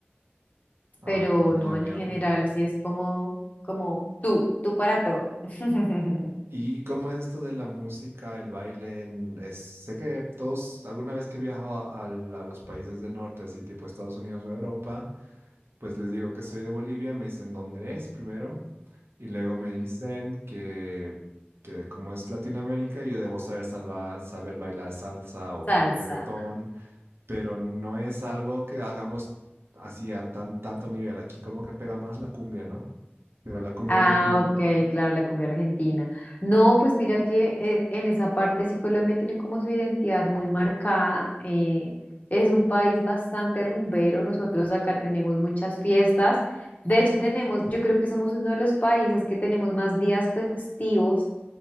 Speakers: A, on the right (about 75°); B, on the left (about 40°).
A: Ah,
B: pero
A: ah,
B: no
A: ya veo.
B: en general, sí es como, como tú, tú para todo. <laughs>
A: ¿Y cómo es esto de la música, el baile? en- es- sé que todos, alguna vez que he viajado al- a los países del norte, así tipo Estados Unidos o Europa, pues les digo que soy de Bolivia, me dicen dónde es primero y luego me dicen que, que como es Latinoamérica yo debo saber salva- saber bailar salsa o
B: Salsa.
A: reggaetón, pero no es algo que hagamos así a tan, tanto nivel. Aquí como que pega más la cumbia, ¿no? Pero la cumbia
B: Ah,
A: argentina.
B: ok, claro, la cumbia argentina. No, pues mira que eh, en esa parte sí Colombia tiene como su identidad muy marcada. eh, es un país bastante rumbero. Nosotros acá tenemos muchas fiestas. De hecho, tenemos, yo creo que somos uno de los países que tenemos más días festivos